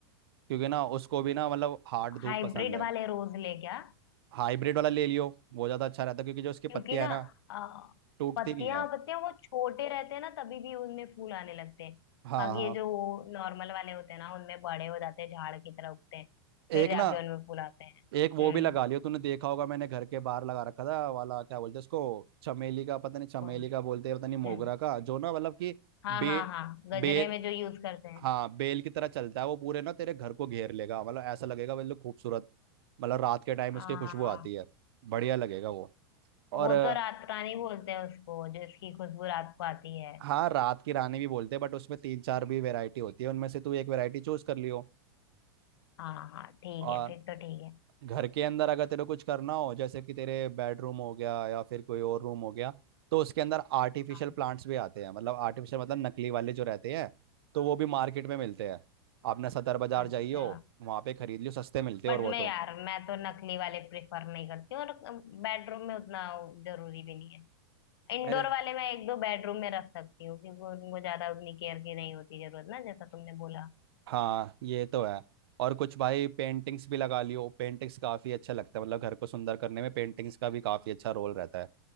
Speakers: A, on the right; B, on the left.
A: क्योंकि ना उसको भी ना मतलब हार्ड
B: हाइब्रिड
A: धूप पसंद है
B: वाले रोज ले क्या
A: हाइब्रिड वाला ले लियो वो ज़्यादा अच्छा रहता है क्योंकि जो उसकी
B: क्योंकि
A: पत्तियां
B: ना
A: है ना
B: आ,
A: टूटती
B: पत्तियां
A: नहीं है
B: पत्तियां वो छोटे रहते हैं ना तभी भी उनमें फूल आने लगते हैं
A: हाँ
B: बाकी
A: हाँ
B: ये जो नॉर्मल वाले होते हैं ना उनमें बड़े हो जाते हैं झाड़ की तरह उगते हैं फिर
A: एक
B: जाके
A: ना
B: उनमें फूल आते हैं
A: एक वो
B: हम्म
A: भी लगा लियो तूने देखा होगा मैंने घर के बाहर लगा रखा था वाला क्या बोलते हैं उसको चमेली का पता नहीं चमेली
B: कौन
A: का बोलते हैं पता नहीं मोगरा
B: हम्म,
A: का जो ना मतलब कि
B: हाँ
A: बे
B: हाँ हाँ गजरे
A: बे
B: में जो यूज करते हैं
A: हाँ बेल की तरह चलता है वो पूरे ना तेरे घर को घेर लेगा मतलब ऐसा लगेगा बिल्कुल खूबसूरत मतलब रात के टाइम
B: आ,
A: उसकी खुशबू आती है बढ़िया लगेगा वो और
B: वो
A: अ,
B: तो रात रानी बोलते हैं उसको जो इसकी खुशबू रात को आती है
A: हाँ रात की रानी भी बोलते हैं बट उसमें तीन चार भी वैरायटी होती है उनमें से तू एक वैरायटी चूज कर लियो
B: हाँ हाँ ठीक
A: और
B: है फिर तो ठीक है
A: घर के अंदर अगर तेरे को कुछ करना हो जैसे कि तेरे बेडरूम हो गया या फिर कोई और रूम हो गया तो उसके अंदर आर्टिफिशियल
B: हाँ
A: प्लांट्स भी आते हैं मतलब आर्टिफिशियल मतलब नकली वाले जो रहते हैं तो वो भी मार्केट में मिलते हैं आपने सदर बाजार
B: अच्छा
A: जाइयो वहाँ पे खरीद लियो सस्ते मिलते
B: बट
A: हैं और वो
B: मैं
A: तो
B: यार मैं तो नकली वाले प्रेफर नहीं करती हूँ और बेडरूम में उतना जरूरी भी नहीं है इंडोर
A: मेरे
B: वाले मैं एक दो बेडरूम में रख सकती हूँ क्योंकि उनको ज्यादा उतनी केयर की नहीं होती जरूरत ना जैसा तुमने बोला
A: हाँ ये तो है और कुछ भाई पेंटिंग्स भी लगा लियो पेंटिंग्स काफी अच्छा लगता है मतलब घर को सुंदर करने में पेंटिंग्स का भी काफी अच्छा रोल रहता है